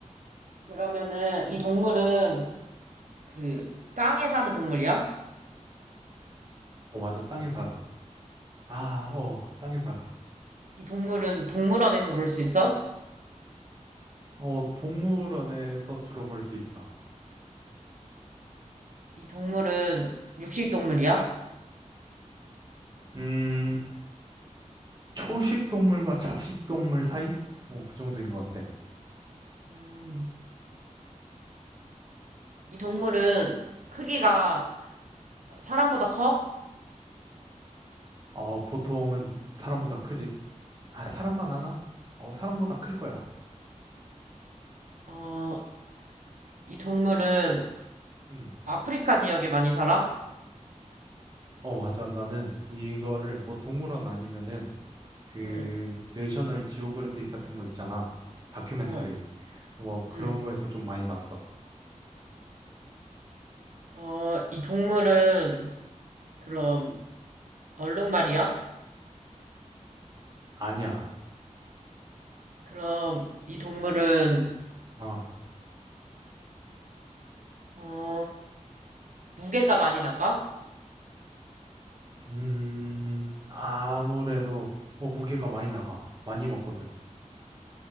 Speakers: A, on the right (about 75°); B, on the right (about 35°).
A: 그러면은 이 동물은 그 땅에 사는 동물이야?
B: 어, 맞아. 땅에 살아. 아, 어, 땅에 살아.
A: 이 동물은 동물원에서 볼 수 있어?
B: 어, 동물원에서 주로 볼 수 있어.
A: 이 동물은 육식 동물이야?
B: 음, 초식 동물과 잡식 동물 사이? 어, 그 정도인 것 같아.
A: 음, 이 동물은 크기가 사람보다 커?
B: 어, 보통은 사람보다 크지. 아, 사람만 하나? 어, 사람보다 클 거야.
A: 어, 이 동물은
B: 응.
A: 아프리카 지역에 많이 살아?
B: 어, 맞아. 나는 이거를 뭐 동물원 아니면은 그
A: 음,
B: 내셔널 지오그래픽 같은 거 있잖아. 다큐멘터리.
A: 어,
B: 뭐 그런
A: 음.
B: 거에서 좀 많이 봤어.
A: 어, 이 동물은 그럼 얼룩말이야?
B: 아니야.
A: 그럼 이 동물은
B: 아,
A: 어, 무게가 많이 나가?
B: 음, 아무래도 뭐 무게가 많이 나가. 많이 먹거든.